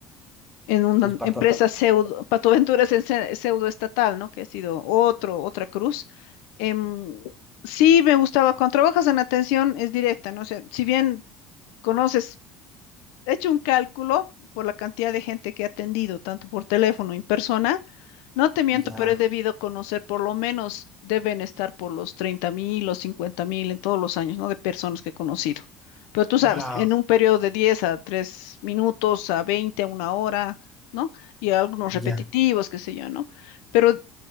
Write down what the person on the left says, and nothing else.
en una
empresa pseudo, patoaventuras en se- pseudo estatal, ¿no? Que ha sido otro, otra cruz. Em, sí, me gustaba. Cuando trabajas en atención es directa, ¿no? O sea, si bien conoces, he hecho un cálculo por la cantidad de gente que he atendido, tanto por teléfono y en persona. No te miento,
pero he debido conocer, por lo menos deben estar por los treinta mil o cincuenta mil en todos los años, ¿no? De personas que he conocido. Pero tú Guau.
sabes, Guau. en un periodo de 10 a 3 minutos, a 20, a una hora, ¿no? Y algunos repetitivos,
qué sé yo, ¿no? Pero